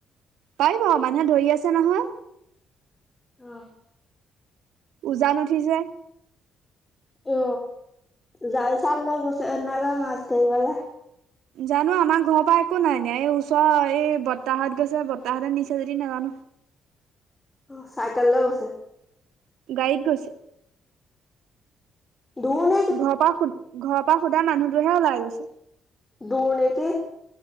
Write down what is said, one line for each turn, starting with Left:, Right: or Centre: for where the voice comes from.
Right: পাৰিব মানুহে ধৰি আছে নহয়
Left: অঁ
Right: উজান উঠিছে
Left: অ জাল চাল লৈ গৈছে না মাছ ধৰিবলে
Right: জানো আমাৰ ঘৰৰ পৰা একো নাই নিয়া এই ওচৰ এই বতাহত গৈছে বৰতাহতে নিচা যদি নাজানো
Left: অ চাইকেললৈ বছে
Right: গাইত গৈছে
Left: ধণ
Right: ঘৰৰ পৰা ঘৰৰ পৰা সোধা মানুহটোহে ওলাই গৈছে
Left: দুূৰ্ নীতি